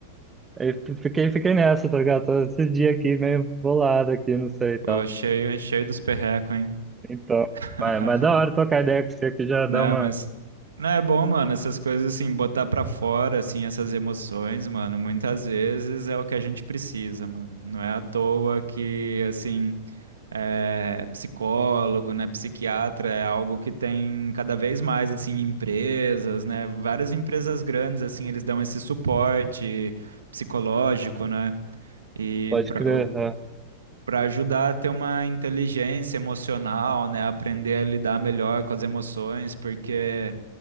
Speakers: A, on the right; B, on the right.
A: Aí f- fiquei, fiquei nessa, tá ligado? Todo esse dia aqui meio bolado aqui, não sei e tal.
B: Pô, cheio, cheio dos perrecos, hein?
A: Então,
B: <laughs>
A: mas, mas da hora trocar ideia com você aqui já
B: Não,
A: dá uma.
B: mas. Não, é bom, mano, essas coisas assim, botar pra fora, assim, essas emoções, mano, muitas vezes é o que a gente precisa, mano. Não é à toa que, assim, é, psicólogo, né, psiquiatra é algo que tem cada vez mais, assim, empresas, né, várias empresas grandes, assim, eles dão esse suporte psicológico, né? E
A: Pode
B: para
A: crer. ah,
B: para ajudar a ter uma inteligência emocional, né? Aprender a lidar melhor com as emoções, porque